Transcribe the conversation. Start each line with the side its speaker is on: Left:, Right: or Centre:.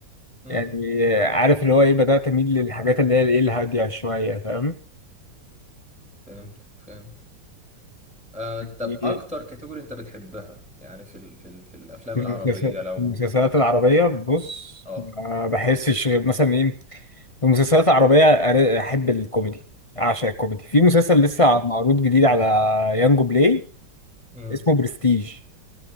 Centre: امم
Left: يعني آه، عارف اللي هو ايه بدأت اميل للحاجات اللي هي الايه الهادية شوية فاهم
Centre: فهمت فهمت آه، طب
Left: يعني
Centre: اكتر كاتيجوري انت بتحبها يعني في ال في ال في الافلام
Left: المسلسلات
Centre: العربيه لو
Left: المسلسلات العربية بص
Centre: اه
Left: ما بحسش غير مثلا ايه في مسلسلات عربية أر- أحب الكوميدي أعشق الكوميدي في مسلسل لسه
Centre: جامد
Left: معروض جديد على يانجو بلاي
Centre: امم
Left: اسمه برستيج